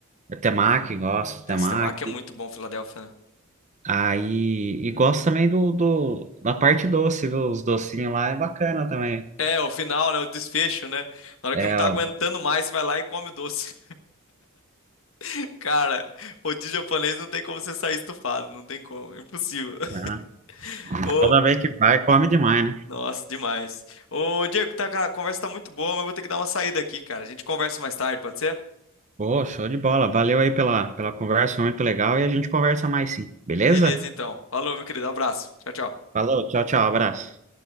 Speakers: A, on the right; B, on the left.
A: da temaki, gosto de
B: Essa
A: temaki.
B: temaki é muito bom, Filadélfia, né?
A: Aí, e gosto também do, do, da parte doce, viu? Os docinhos lá é bacana também.
B: É, o final, né? O desfecho, né? Na hora
A: É,
B: que não tá
A: ó,
B: aguentando mais, você vai lá e come o doce. <laughs> Cara, rodízio japonês não tem como você sair estufado. Não tem como. É impossível. <laughs>
A: né?
B: Ô,
A: Toda vez que vai, come demais, né?
B: nossa, demais. Ô, Diego, tá, cara, a conversa tá muito boa, mas eu vou ter que dar uma saída aqui, cara. A gente conversa mais tarde, pode ser?
A: Pô, show de bola. Valeu aí pela, pela conversa, foi muito legal. E a gente conversa mais sim, beleza?
B: Beleza, então. Falou, meu querido. Um abraço. Tchau, tchau.
A: Falou, tchau, tchau, abraço.